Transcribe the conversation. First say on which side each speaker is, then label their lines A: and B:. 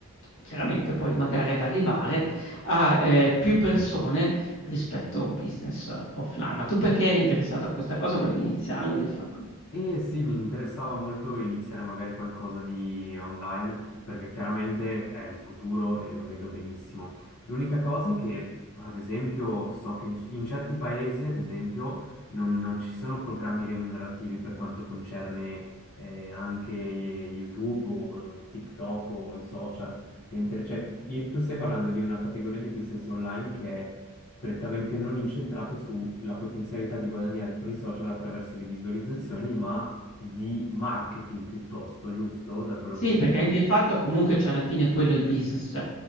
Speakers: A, on the left (about 60°); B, on the left (about 80°).
A: chiaramente poi magari ad arrivare a eh, più persone rispetto a un business eh, offline. Ma tu perché eri interessato a questa cosa? Volevi iniziare? Volevi fare...
B: E sì, mi interessava molto iniziare magari qualcosa di online, perché chiaramente è il futuro e lo vedo benissimo. L'unica cosa che, ad esempio, so che in, in certi paesi, ad esempio, non, non ci sono programmi remunerativi per quanto concerne eh, anche YouTube o TikTok o i social, mentre c'è, e tu stai parlando di una categoria di business online che è prettamente non incentrato sulla potenzialità di guadagnare con i social attraverso le visualizzazioni, ma di marketing piuttosto, giusto? Da quello
A: Sì,
B: che ho capito.
A: perché di fatto comunque c'è alla fine quello è il business, cioè